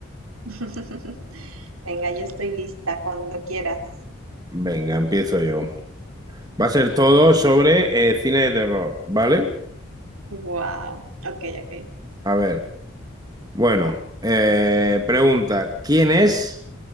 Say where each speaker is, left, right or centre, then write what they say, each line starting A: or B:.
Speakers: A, on the right; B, on the right.
A: <laughs> Venga, yo estoy lista cuando quieras.
B: Venga, empiezo yo. Va a ser todo sobre eh, cine de terror, ¿vale?
A: Wow, ok, ok.
B: A ver, bueno, eh, pregunta, ¿quién es